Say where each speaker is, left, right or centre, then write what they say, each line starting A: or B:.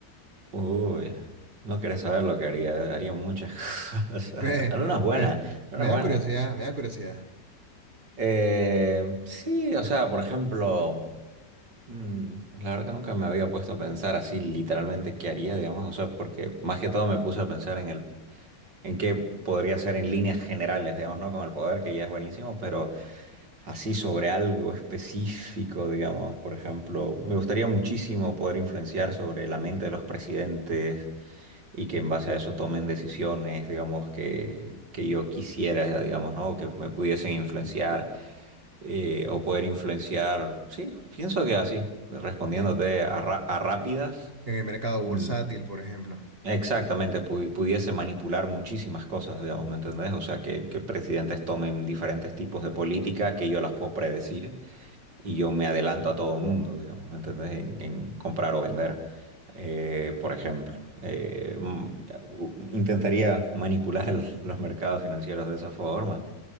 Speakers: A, on the right; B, on the right.
A: Uy, no querés saber lo que haría. Haría muchas <laughs> cosas.
B: <laughs> Me,
A: Algunas buenas,
B: me-
A: algunas
B: me da
A: buenas.
B: curiosidad, me da curiosidad.
A: Eh, sí, o sea, por ejemplo... Mm, la verdad que nunca me había puesto a pensar así literalmente qué haría, digamos, o sea, porque más que todo me puse a pensar en el, en qué podría ser en líneas generales, digamos, ¿no? Con el poder, que ya es buenísimo, pero así sobre algo específico, digamos, por ejemplo, me gustaría muchísimo poder influenciar sobre la mente de los presidentes y que en base a eso tomen decisiones, digamos, que, que yo quisiera, digamos, ¿no? Que me pudiesen influenciar eh, o poder influenciar. Sí, pienso que así, respondiéndote
B: Eh,
A: a, ra- a rápidas,
B: eh, En el mercado
A: mm,
B: bursátil, por ejemplo.
A: exactamente, pu- pudiese manipular muchísimas cosas, digamos, ¿me entendés? O sea, que, que presidentes tomen diferentes tipos de política que yo las puedo predecir y yo me adelanto a todo el mundo, digamos, ¿me entendés? En, en comprar o vender, eh, por ejemplo. Eh, mm, u- intentaría manipular <laughs> los mercados financieros de esa forma